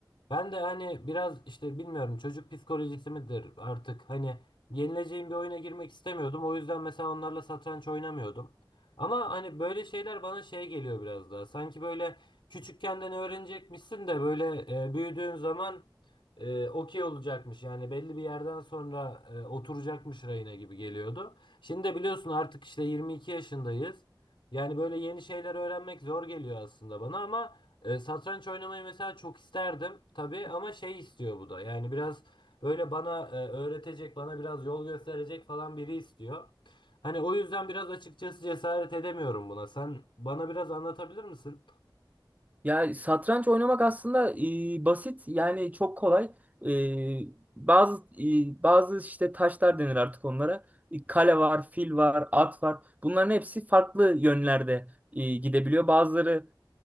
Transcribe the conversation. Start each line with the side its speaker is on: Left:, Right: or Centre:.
Left: Ben de hani biraz işte bilmiyorum çocuk psikolojisi midir artık hani yenileceğim bir oyuna girmek istemiyordum. O yüzden mesela onlarla satranç oynamıyordum. Ama hani böyle şeyler bana şey geliyor biraz daha. Sanki böyle küçükken de ne öğrenecekmişsin de böyle e, büyüdüğün zaman e, okey olacakmış. Yani belli bir yerden sonra e, oturacakmış rayına gibi geliyordu. Şimdi de biliyorsun artık işte 22 yaşındayız. Yani böyle yeni şeyler öğrenmek zor geliyor aslında bana ama e, satranç oynamayı mesela çok isterdim tabii ama şey istiyor bu da. Yani biraz böyle bana e, öğretecek, bana biraz yol gösterecek falan biri istiyor. Hani o yüzden biraz açıkçası cesaret edemiyorum buna. Sen bana biraz anlatabilir misin?
Right: Ya satranç oynamak aslında e, basit yani çok kolay. E, bazı e, bazı işte taşlar denir artık onlara. E, Kale var, fil var, at var. Bunların hepsi farklı yönlerde e, gidebiliyor. Bazıları